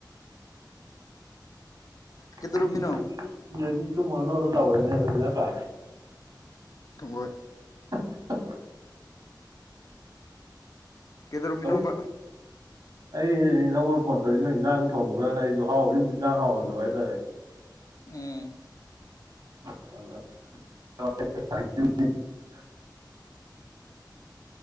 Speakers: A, on the left; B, on the right.
A: ꯀꯩꯗꯧꯔꯝꯃꯤꯅꯣ
B: ꯁꯤꯗꯤ ꯇ ꯃꯅ ꯑꯣꯏꯔ ꯇꯕ ꯑꯣꯏ ꯑꯗꯨꯗꯤꯅ꯭ꯔ
A: ꯒꯣꯏ
B: ꯑ
A: ꯀꯩꯗꯧꯔꯝꯃꯤꯅꯣꯕ
B: ꯎꯝ ꯑꯩ ꯑꯩ ꯅꯪꯉꯣꯟꯗ ꯐꯣꯟ ꯇꯧꯔꯏꯁꯤꯅ ꯏꯟꯖꯥꯡ ꯊꯣꯡꯕ꯭ꯔꯥꯅ ꯑꯩꯁꯨ ꯍꯥꯎ ꯌꯨꯝꯁꯨ ꯆ ꯏꯟ ꯆꯥꯡ ꯍꯥꯎꯔꯝꯗꯕ ꯍꯥꯏꯇꯥꯔꯦ
A: ꯎꯝ
B: ꯑ